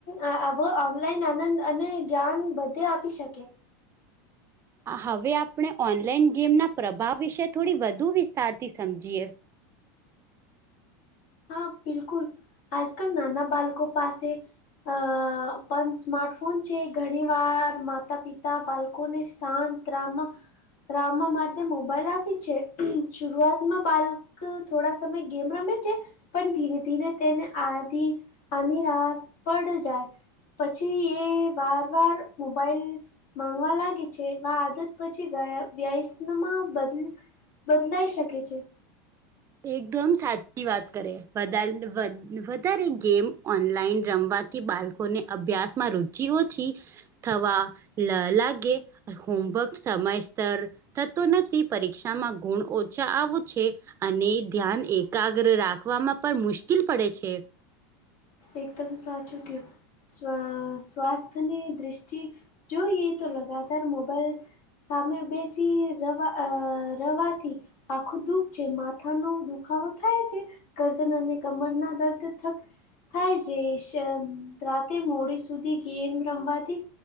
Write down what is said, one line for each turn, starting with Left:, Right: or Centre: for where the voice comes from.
Left: અ અવ ઓનલાઈન આનંદ અને જ્ઞાન બધે આપી શકે.
Right: આ હવે આપણે ઓનલાઈન ગેમના પ્રભાવ વિશે થોડી વધુ વિસ્તારથી સમજીએ
Left: હા બિલકુલ આજ કલ નાના બળકો પાસે અ પણ સ્માર્ટફોન છે ઘણી વાર માતા પિતા બાળકોને શાંત રામા રામા માટે મોબાઈલ આપી છે શરૂઆતમાં બાળ કઉ થોડા સમય ગેમ રમે છે. પણ ધીરે ધીરે તેને આધ આની રાહ પડ જાય પછી એ વાર વાર મોબાઈલ માંગવા લાગે છે આદત પછી વય વ્યયસનમાં બદ બદલાઈ શકે છે.
Right: એકદમ સાચી વાત કરે વધારે વધારે ગેમ ઓનલાઈન રમવાથી બાળકોને અભ્યાસ માં રુચિ ઓછી થવા લ લાગે હોમવર્ક સમયસર થતો નથી પરીક્ષામાં ગુણ ઓછા આવું છે અને ધ્યાન એકાગ્ર રાખવામાં પણ મુશ્કેલ પડે છે.
Left: એકદમ સાચુ કોય સ્વા સ્વાસ્થની દ્રષ્ટિ જોઈએ તો લગાતાર મોબાઈલ સામે બેસી રવા રેવાથી આખું દુઃખ છે માથાનો દુખાવો થાય છે ગરદન અને કમરના દર્દ થક થાય જે રાતે મોડી સુધી ગેમ રમવાથી